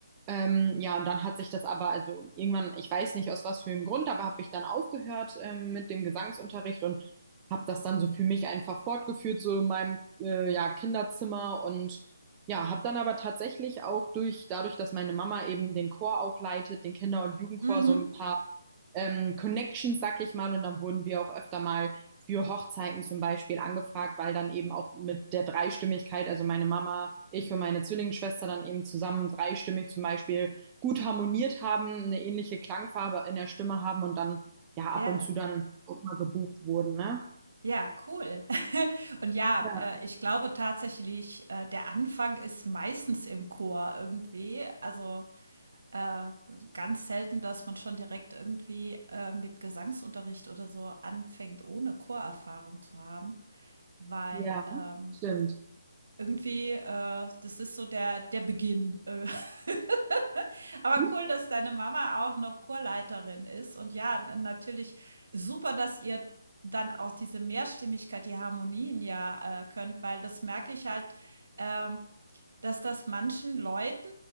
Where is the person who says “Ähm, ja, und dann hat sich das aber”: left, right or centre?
Right